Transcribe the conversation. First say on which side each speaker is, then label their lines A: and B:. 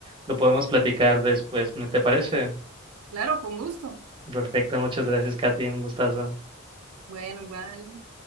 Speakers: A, on the right; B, on the right.
A: lo podemos platicar después, ¿me te parece?
B: Claro, con gusto.
A: Perfecto, muchas gracias, Katy, un gustazo.
B: Bueno, igual.